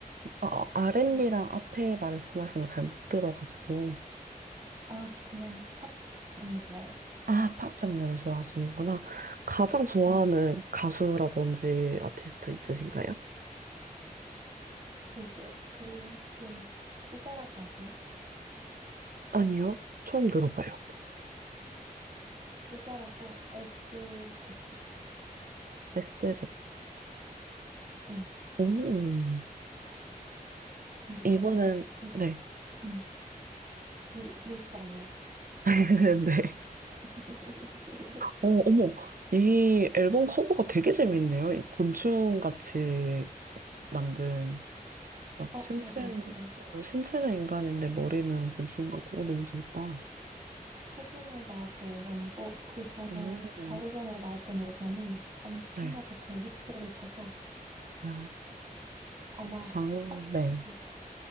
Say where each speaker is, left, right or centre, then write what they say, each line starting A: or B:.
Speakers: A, on the right; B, on the right.
A: 아, 어, R&B랑
B: 어,
A: 앞에 말씀하신 거 잘 못 들어가지고.
B: 아 그냥 팝 장르 좋아해요.
A: 아, 팝 장르를 좋아하시는구나. 가장 좋아하는
B: 음,
A: 가수라든지 아티스트 있으신가요?
B: 저 있어요. 그 혹시 스자라고 아세요?
A: 아니요, 처음 들어봐요.
B: 스자라고 SZA인데,
A: SZA.
B: 네,
A: 음,
B: 근데
A: 이번엔,
B: 제가 진,
A: 네.
B: 음, 미국 미국 사람이에요.
A: <laughs> 네.
B: <laughs>
A: 어, 어머, 이 앨범 커버가 되게 재밌네요. 이 곤충같이 만든. 막
B: 어
A: 신체는,
B: 맞아요. 그게
A: 어, 신체는 인간인데 머리는 곤충 같고, 어, 너무 재밌다.
B: 최근에 나왔던 앨범이고 그 전에
A: 오,
B: 바로 전에 나왔던 앨범이 엄청나게
A: 네.
B: 대히트를 쳐서
A: 아,
B: 아마
A: 장,
B: 딱
A: 네.
B: 그